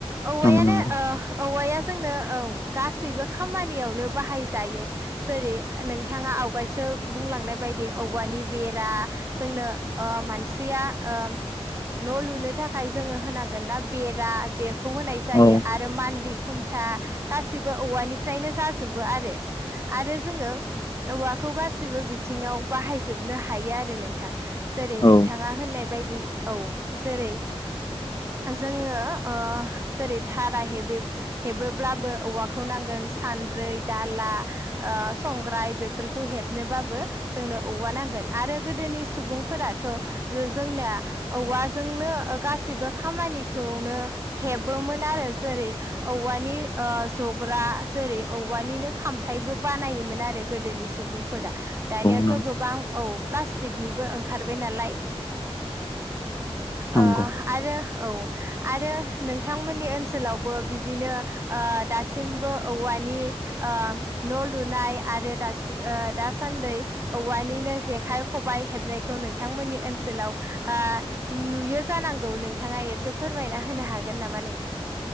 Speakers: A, on the right; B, on the left.
A: औवायानो
B: नंगौ औ नंगौ
A: ओ औवाया जोंनो औ गासैबो खामानियावनो बाहायजायो जेरै नोंथाङा आवगायसो बुंलांनाय बायदि औवानि बेरा जोंनो ओ मानसिया ओ न' लुनो थाखाय जोङो होनांगोन ना बेरा बे खौ होनाय जायो
B: औ
A: आरो मानलि खुन्था गासैबो औवानि फ्रायनो जाजो जोबो आरो आरो जोङो औवाखौ गासिबो बिथिङाव बाहायजोबनो हायो आरो नोंथां जेरै
B: औ
A: नोंथाङा होननाय बाय दि औ जेरै जोङो ओ जेरै घारा हेबोब्लाबो औवाखौ नांगोन सान्द्रै, दाला, संग्राय बेफोरखौ हेबनोबाबो जोंनो औवा नांगोन आरो गोदोनि सुबुंफोराथ' जोंनिया औवाजोंनो गासैबो खामानिखौनो हेबोमोन आरो जेरै औवानि ओ ज जग्रा जेरै औवानिनो खामफ्लायबो बानायोमोन आरो गोदोनि सुबुंफोरा। दानियाथ'
B: नंगौ
A: गोबां औ प्लास्टिकनिबो ओंखारबाय नालाय
B: नंगौ
A: ओ आरो औ आरो नोंथांमोननि ओनसोलावबो बिदिनो ओ दासिमबो औवानि। ओ न' लुनाय आरो दासि ओ दासान्दै औवानिनो जेखाइ खबाय हेबनायखौ नोंथांमोननि ओनसोलाव ओ नुयो जानांगौ नोंथाङा एसे फोरमायना होनो हागोन नामा नों